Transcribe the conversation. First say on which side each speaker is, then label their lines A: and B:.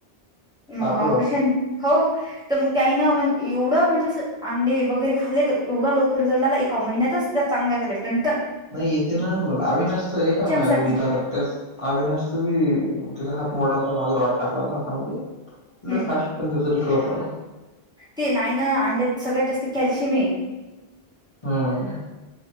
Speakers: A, on the left; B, in the centre.
A: बापरे
B: मग ऑपरेशन?
A: बाप
B: हो, तर मग त्यांनं म्हण एवढं म्हणजे असं अंडे वगैरे खाल्ले तर एवढा लौकर रिझल्ट आला. एका महिन्यातच त्या चांगल्या झाल्या टनट.
A: नाही इथे ना अविनाश चं हे पाय माया
B: साठी
A: जवळ उतारा ए त्यावेळेस अविनाशच बी त्याचा हात मोडला होता. माग रॉड टाकला होता. हातामध्ये
B: हम्म
A: लई फास्ट पण त्याचा रिकव्हर झाला.
B: ते नाही नां अंड्यात सगळ्यात जास्त कॅल्शियम ए
A: हं